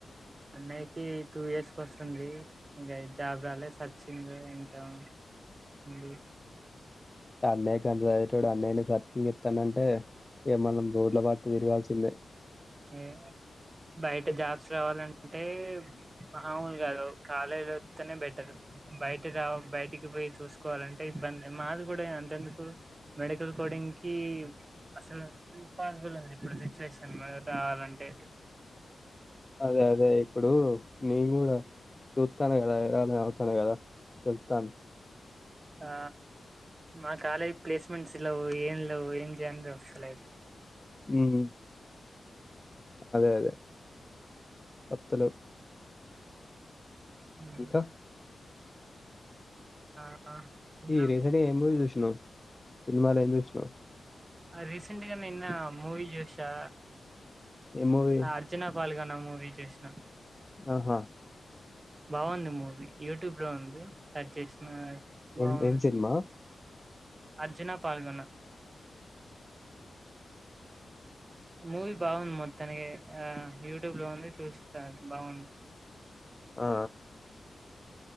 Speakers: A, on the right; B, on the left.
A: అన్నయికి టూ ఇయర్స్ కి వస్తుంది, ఇంకా జాబ రాలే సర్చింగ్ ఇంక్ కా ఉంది
B: అన్నయ్యకంత చదివేటోడు అన్నయ్యని సర్చింగ్ చేత్తాడంటే, ఇగ మనం రోడ్ల బట్టు తిరగాల్సి సన్న
A: ఏంది బయట జాబ్స్ రావాలంటే మామూలు కాదు, కాలేజీ వస్తేనే బెటర్ బయట రావ బయటికి పోయి చూసుకోవాలంటే ఇబ్బంది, మాది కూడా అంతెందుకు మెడికల్ కో డింగ్ కి అసలు పాసిబుల్ ఉంది, ఇప్పుడు సిచ్యువేషన్ కావాలంటే
B: అదే అదే ఇప్పుడు నేను గుడా చూస్తన్న కదా ఎలాగ గదా వెళ్తాం
A: ఆ మా కాలేజ్ ప్లేస్మెంట్స్ లేవు ఏం లేవు ఏం జం వస్తలే
B: ఉమ్ అదే అదే వత్తలెవ్
A: ఉమ్,
B: ఇంక
A: ఆ ఇట్లా
B: ఈ రీసెంట్గా ఏం మూవీ చూసినవ్? సినిమాలు ఏం చూసినవ్
A: రీసెంట్ గా నిన్న మూవీ జూసా,
B: ఏ మూవీ?
A: అర్జునా పాల్గన్ నా మూవీ చూసిన
B: అహా
A: బాగుంది మూవీ, యూట్యూబ్ లో ఉంది. సెర్చ్ చేసిన బాగుంది
B: ఏం ఏం సినిమా?
A: అర్జునా పాల్గున మూవీ బాగుంది మొత్తానికి ఆ యూట్యూబ్ లో ఉంది చూస్తారు బాగుంది
B: ఆ